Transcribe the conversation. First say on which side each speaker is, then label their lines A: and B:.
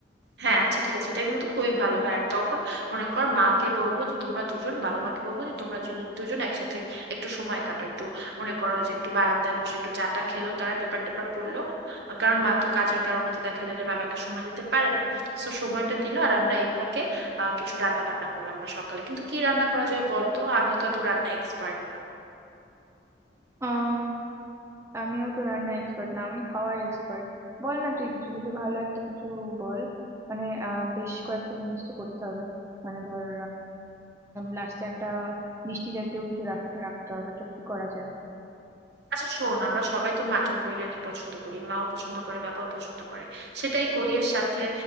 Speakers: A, on the right; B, on the right.
A: হ্যাঁ আচ্ছা ঠিক আছে এটা কিন্তু খুবই ভালো হয় আর তখন মনে কর মাকে বলবো যে তোমরা দুজন বাবা মাকে বলবো যে তোমরা জন- দুজন একসাথে একটু সময় কাটাও একটু মনে করো যে একটু বারান্দায় বসে একটু চাটা খেলো তারা পেপার টেপার পড়লো আহ, কারণ মা তো কাজের কারণে তো দেখা যায় যে বাবাকে সময় দিতে পারে না তো সময়টা দিল আর আমরা এই ফাঁকে আহ, কিছু রান্না বান্না করলাম বা সকালে কিন্তু কি রান্না করা যায় বলতো আমি তো এত রান্না এক্সপার্ট
B: হয় আমিও তো রান্না এক্সপার্ট না আমি খাওয়ায় এক্সপার্ট বল না তুই কিছু কিছু ভালো একটা কিছু বল মানে আহ, বেশ কয়েকটা জিনিস তো করতে হবে মানে ধর লাস্টে একটা মিষ্টি জাতীয় কিছু রাখ- রাখতে হবে তো কি করা যায়
A: আচ্ছা শোন আমরা সবাই তো মাটন বিরিয়ানি পছন্দ করি মাও পছন্দ করে বাবাও পছন্দ করে সেটাই করি আর সাথে